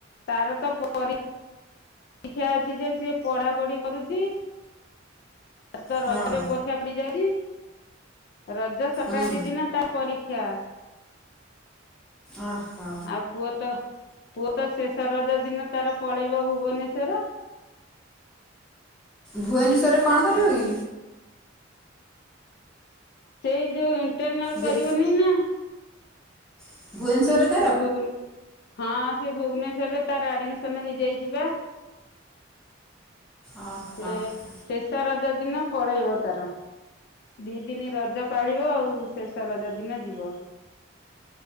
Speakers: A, on the left; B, in the centre.
A: ତାର ତ ପରୀ କ୍ଷା ଅଛି ଯେ ସିଏ ପଢା ପଢି କରୁଛି। ଆ, ତ ରଜରେ
B: ହଁ
A: ପରୀକ୍ଷା ପଡି ଯାଉଚି। ରଜ ସଂକ୍ରାନ୍ତି
B: ହୁଁ
A: ଦିନ ତା ପରୀକ୍ଷା।
B: ଅ ହୋ।
A: ଆଉ ପୁଅ ତ ପୁଅ ତ ଶେଷ ରଜ ଦିନ ତାର ପଳେଇବ ଭୁବନେଶ୍ବର।
B: ଭୁବନେଶ୍ୱରରେ କଣ କରିବ
A: ତାର
B: କି?
A: ସେଇ ଯୋଉ ଇଣ୍ଟରନାଲ୍
B: ଦେ
A: କରିବ ନାଇନା।
B: ଭୁବନେଶ୍ୱର
A: ସେ ଭୁବନେ ହଁ ସେ ଭୁବନେଶ୍ୱରରେ ତାର ଆଡମିସନ୍ ହେଇଯାଇଛି ବା।
B: ଓହୋ
A: ସେ
B: ହଁ
A: ଶେଷ ରଜ ଦିନ ପଳେଇବ ତାର, ଦି ଦିନ ରଜ ପାଳିବ ଆଉ। ଶେଷ ରଜ ଦିନ ଯିବ।